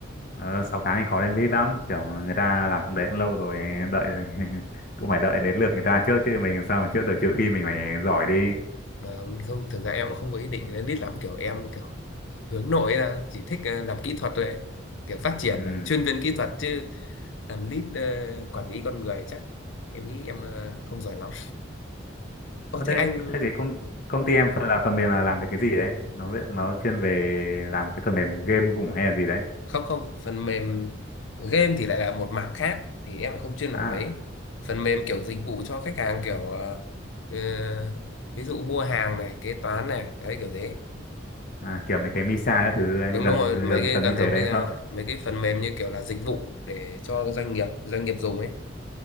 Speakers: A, on the left; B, on the left.
A: Ờ, 6 tháng thì khó lên lead lắm, kiểu người ta làm trong đấy cũng lâu rồi đợi <laughs> cũng phải đợi đến lượt người ta trước chứ mình làm sao mà trước được trừ khi mình phải giỏi đi.
B: mà không thực ra em cũng không có ý định lên lead lắm kiểu em kiểu hướng nội ấy là chỉ thích ờ, làm kỹ thuật thôi ấy. kiểu phát triển
A: Ừ.
B: thành chuyên viên kỹ thuật chứ làm lead ờ, quản lý con người chắc em nghĩ em ờ, không giỏi lắm ô
A: Ở đây
B: thế anh
A: thế cái công công ty em phần là phần mềm là làm về cái gì đấy? Nó viết- nó chuyên về làm cái phần mềm game cũng hay là gì đấy?
B: không không phần mềm game thì lại là một mảng khác thì em lại không chuyên mảng
A: À.
B: đấy phần mềm kiểu dịch vụ cho khách hàng kiểu ờ, ờ, ví dụ mua hàng này kế toán này đấy kiểu thế
A: à, kiểu mấy cái Misa các thứ
B: đúng
A: gần
B: đúng rồi
A: gần
B: mấy
A: gần
B: cái
A: gần
B: gần
A: như
B: giống
A: thế đấy
B: như là
A: không
B: mấy cái phần mềm như kiểu là dịch vụ để cho doanh nghiệp doanh nghiệp dùng ấy